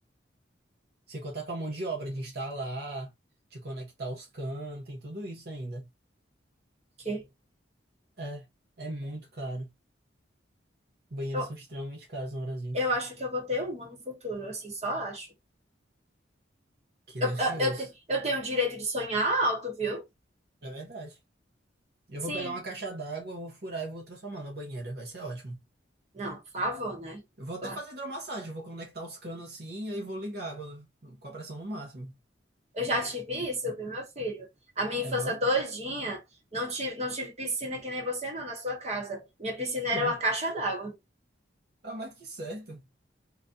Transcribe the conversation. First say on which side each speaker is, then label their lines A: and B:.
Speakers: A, on the right; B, on the right.
A: Sem contar com a mão de obra de instalar, de conectar os canos, tem tudo isso ainda.
B: Que
A: É, é muito caro. Banheiros
B: eu,
A: são extremamente caros no Brasil.
B: eu acho que eu vou ter uma no futuro, assim, só acho.
A: Que
B: Eu,
A: Deus
B: eu,
A: te ouça.
B: eu, te- eu tenho o direito de sonhar alto, viu?
A: É verdade. Eu
B: Sim.
A: vou pegar uma caixa d'água, vou furar e vou transformar na banheira. Vai ser ótimo.
B: Não, por favor, né?
A: Eu vou até
B: Eu,
A: fazer hidromassagem. Eu vou conectar os canos assim e aí vou ligar a água no- com a pressão no máximo.
B: eu já tive isso, viu, meu filho? A minha
A: É
B: infância
A: bom?
B: todinha, não tive, não tive piscina que nem você, não, na sua casa. Minha piscina era
A: Hã.
B: uma caixa d'água.
A: Tá mais que certo.